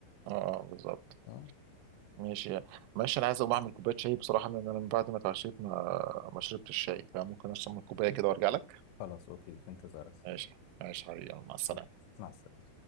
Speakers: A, on the right; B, on the left.
A: اه, آه بالظبط
B: أه
A: ماشي ماشي انا عايز اقوم اعمل كوبايه شاي بصراحه لان انا من بعد ما اتعشيت ما ما شربت الشاي فممكن اشرب كوبايه كده وارجع لك
B: خلاص أوكي في انتظارك
A: ماشي ماشي حبيبي يلا، مع السلامه
B: أوكي مع السلامة